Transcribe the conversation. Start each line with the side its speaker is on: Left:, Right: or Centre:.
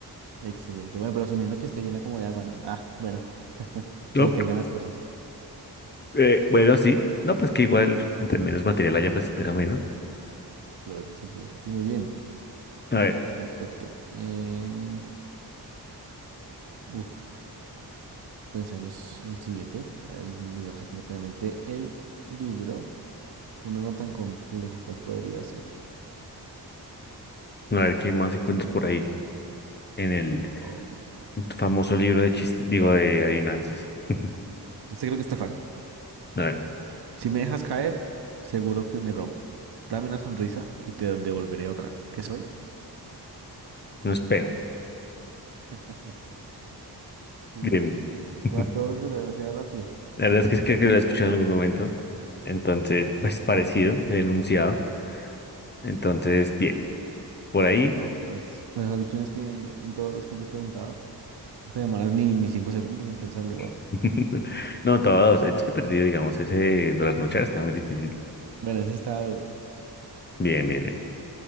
Right: Excelente. Bueno, pero asumiendo que esté llena como de agua, ¿no? Ah, bueno. <laughs>
Left: No,
Right: se le caigan las cosas.
Left: eh, bueno, sí, no, pues que igual entre menos material haya, pues pesa menos.
Right: Claro que sí, claro que sí. Muy bien.
Left: A ver,
Right: Perfecto. Em, uf, pensemos el siguiente. A ver, miremos aquí rápidamente el libro. Uno no tan complejo, ¿cuál podría ser?
Left: a ver qué más
Right: Bueno,
Left: encuentras
Right: listo, a
Left: por
Right: ver.
Left: ahí en el
Right: Oh,
Left: famoso libro de chistes, digo, de adivinanzas. <laughs>
Right: este creo que está fácil.
Left: A ver,
Right: Si me dejas caer, seguro que me rompo. Dame una sonrisa y te devolveré otra. ¿Qué soy?
Left: un espejo.
Right: <laughs> Sí,
Left: Bien.
Right: sí, sí.
Left: <laughs>
Right: Todas, todos, pero demasiado rápido.
Left: La verdad es que sí creo que lo he escuchado en algún momento. Entonces, pues parecido el enunciado. Entonces, bien, por ahí.
Right: Vamos. Entonces, mejor dicho, es que en todos los que te he preguntado, no te demoras ni, ni cinco segundos en pensarlo, wow.
Left: <laughs> No, todos. Hay unos que he perdido, digamos, ese de las noches está muy difícil.
Right: Bueno, ese estaba duro.
Left: Bien, bien, bien.